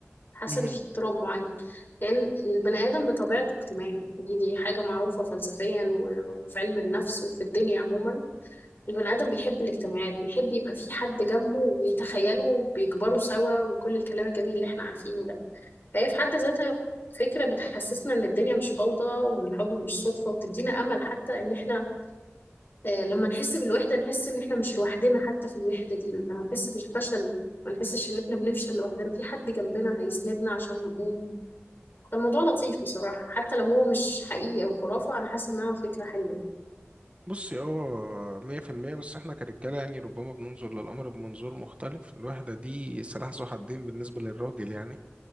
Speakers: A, on the left; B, on the right.
A: حاسه
B: مهم.
A: ان في اضطراب معين لان البني ادم بطبيعته اجتماعي دي دي حاجه معروفه فلسفيا و- وفي علم النفس وفي الدنيا عموما البني ادم بيحب الاجتماعات بيحب يبقى في حد جنبه ويتخيله وبيكبروا سوا وكل الكلام الجميل اللي احنا عارفينه ده فهي في حد ذاتها فكره بتحسسنا ان الدنيا مش فوضى وان الحب مش صدفه وبتدينا امل حتى ان احنا آه، لما نحس بالوحده نحس ان احنا مش لوحدنا حتى في الوحده دي لما نحس بالفشل ما نحسش ان احنا بنفشل لوحدنا في حد جنبنا هيسندنا عشان نقوم كان موضوع لطيف بصراحة حتى لو هو مش حقيقي أو خرافة أنا حاسة إنها فكرة حلوة يعني.
B: بصي اه مية في المية بس احنا كرجالة يعني ربما بننظر للأمر بمنظور مختلف الوحدة دي سلاح ذو حدين بالنسبة للراجل يعني